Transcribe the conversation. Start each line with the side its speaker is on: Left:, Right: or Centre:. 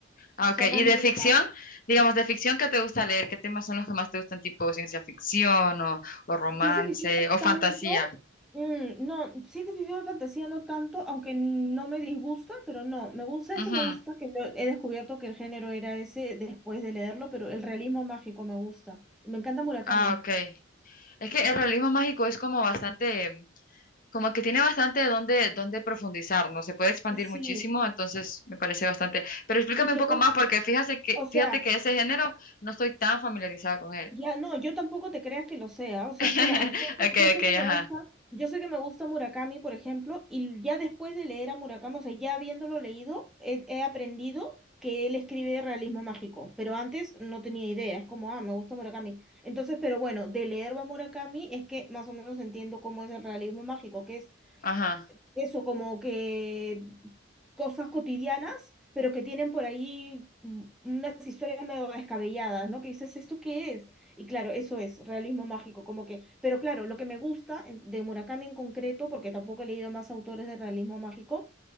Left: Ah,
Centre: O
Left: ok.
Centre: sea, más
Left: ¿Y de
Centre: novelas.
Left: ficción? Digamos, de ficción, ¿qué te gusta leer? ¿Qué temas son los que más te gustan, tipo ciencia ficción o, o romance
Centre: Ciencia ficción no
Left: o fantasía?
Centre: tanto. mm, no, ciencia ficción y fantasía no tanto, aunque no me disgusta, pero no. Me gusta,
Left: Ujú.
Centre: es que me gusta que lo- he descubierto que el género era ese después de leerlo, pero el realismo mágico me gusta. Y me encanta Murakami.
Left: Ah, ok. Es que el realismo mágico es como bastante como que tiene bastante donde, donde profundizar, ¿no? Se puede expandir
Centre: Sí.
Left: muchísimo, entonces me parece bastante. Pero explícame
Centre: Y que
Left: un poco
Centre: lo,
Left: más, porque fíjate que,
Centre: o sea,
Left: fíjate que ese género no estoy tan familiarizada con él.
Centre: Ya, no, yo tampoco te creas que lo sea, o sea,
Left: <laughs>
Centre: es como, a mí- yo, sé
Left: Ok,
Centre: yo sé
Left: ok,
Centre: que me
Left: ajá,
Centre: gusta, yo sé que me gusta Murakami, por ejemplo, y ya después de leer a Murakami, o sea, ya habiéndolo leído, he, he aprendido que él escribe de realismo mágico, pero antes no tenía idea, es como, ah, me gusta Murakami. Entonces, pero bueno, de leer a Murakami es que más o menos entiendo cómo es el realismo mágico, que es
Left: ajá.
Centre: eso, como que cosas cotidianas, pero que tienen por ahí u- unas historias medio descabelladas, ¿no? Que dices, ¿esto qué es? Y claro, eso es realismo mágico, como que, pero claro, lo que me gusta en- de Murakami en concreto, porque tampoco he leído más autores de realismo mágico,